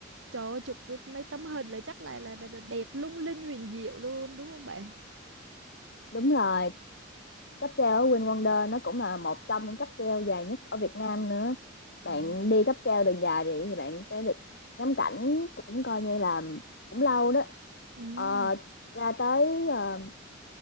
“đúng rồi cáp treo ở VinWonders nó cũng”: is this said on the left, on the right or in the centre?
Left